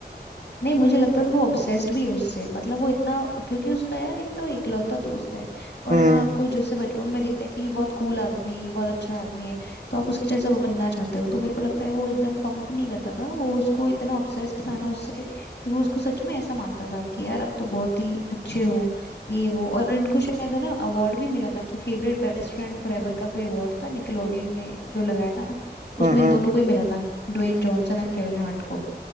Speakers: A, on the left (about 80°); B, on the right (about 45°).
A: नहीं मुझे लगता था वो ऑब्सेस्ड भी है उससे मतलब वो इतना क्योंकि उसका यार एक तो इकलौता दोस्त है और
B: हम्म
A: है ना आपको जैसे बचपन में दिखता है कि ये बहुत कूल आदमी है ये बहुत अच्छा आदमी है तो आप उसके जैसा बनना चाहते हो तो मेरे को लगता है वो एकदम पंप नहीं करता था वो उसको इतना ऑब्सेस्ड था ना उससे कि वो उसको सच में ऐसा मानता था कि यार आप तो बहुत ही अच्छे हो ये वो और इनको शायद है ना अवार्ड भी मिला था कि फेवरेट बेस्ट फ्रेंड फॉरएवर का कोई अवार्ड था निकलोडियन ने जो लगाया था उसमें
B: हम्म
A: इन
B: हम्म,
A: दोनों को ही मिला था Dwayne Johnson and Kevin Hart को